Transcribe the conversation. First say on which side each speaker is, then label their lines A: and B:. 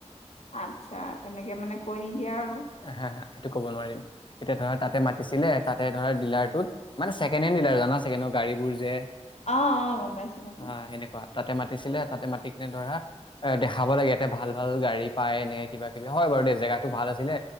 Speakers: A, on the left (about 65°); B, on the left (about 45°).
A: আচ্ছা তেনেকে মানে কৈ নিদিয়া আৰু।
B: হা হা সেইটো ক'ব নোৱাৰিম এতিয়া ধৰা তাতে মাতিছিলে তাত ধৰা ডিলাৰটোত মানে চিকেন হেণ্ড ডিলাৰ জানা গাড়ীবোৰ যে
A: অ অ গম পাইছো গম
B: হা
A: পাইছো
B: সেনেকুৱা তাতে মাতিছিলে তাতে মাতি কিনে ধৰা এ দেখাব লাগে ইয়াতে ভাল ভাল গাড়ী পায় এনেকে কিবা কিবি হয় অ দেই জেগাটো ভাল আছিলে